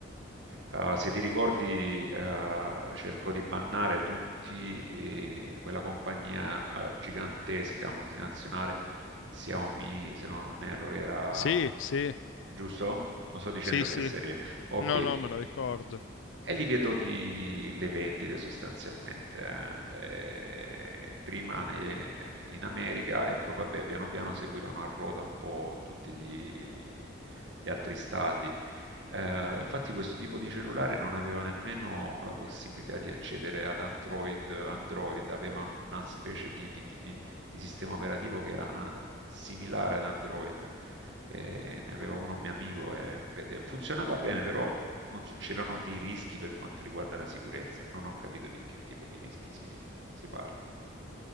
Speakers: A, on the right; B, on the left.
A: Eh, se ti ricordi, eh, cercò di bannare tutti eh, quella compagnia eh, gigantesca multinazionale Xiaomi, se non erro, era
B: Sì, sì,
A: giusto? Non sto dicendo
B: sì,
A: fesserie.
B: sì.
A: Ok.
B: No, no, me lo ricordo.
A: E li vedo di, le vendite sostanzialmente, eh, eh, prima ne- in America e poi vabbè piano piano seguirono a ruota un po' tutti gli, gli altri stati. Eh, infatti questo tipo di cellulare non aveva nemmeno la possibilità di accedere ad Android, Android aveva una specie di, di- di- di- di sistema operativo che era ah, similare ad Android eh, ne aveva uno un mio amico e vede- funzionava bene, però non so- c'erano dei rischi per quanto riguarda la sicurezza, non ho capito di che tipo di rischi si, si parla.